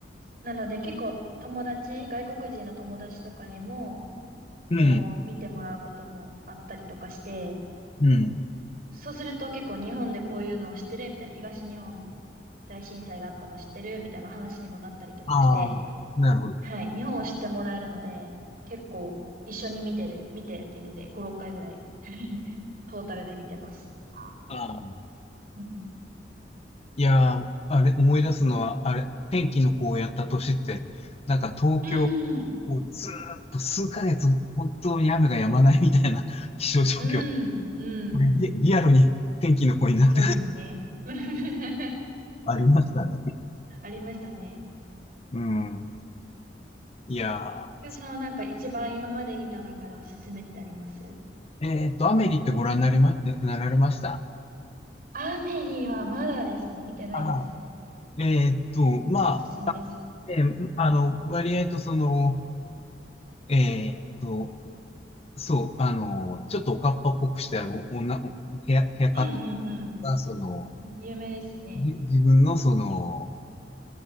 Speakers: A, on the right; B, on the left.
A: なので結構友達、外国人の友達とかにも、
B: うん、
A: こう見てもらうこともあったりとかして、
B: うん。
A: そうすると結構日本でこういうのを知ってるみたいな、東日本大震災があったの知ってるみたいな話にもなったりとかして、
B: ああ、なるほど。
A: はい、日本を知ってもらえるので、結構一緒に見てる、見てっていうので5、6回ぐらい <laughs> トータルで見てます。あ、
B: あー
A: うん
B: いやー、あれ、思い出すのは、あれ、天気の子をやった年って、なんか東京、
A: うん、
B: もうずーっと数ヶ月、本当に雨が止まないみたいな <laughs> 気象状況。
A: うん、うん、
B: これリ、リアルに天気の子になって
A: そうですね。
B: <laughs>
A: <laughs>
B: ありましたね。
A: ありましたね。
B: うん。いや
A: 今日さんはなんか一番今まで見た中でおすすめってあります
B: ー、えっと、アメリってご覧になりま、なられました。
A: アメリはまだですね、見てないです。
B: あえーっと、まあ、
A: おすすめですよ。
B: えーあの、割合とその、えーっと、そう、あの、ちょっとおかっぱっぽくした女、ヘア、ヘアカット
A: うんうんうん。
B: が、その、
A: うん有名ですね。
B: じ自分のその、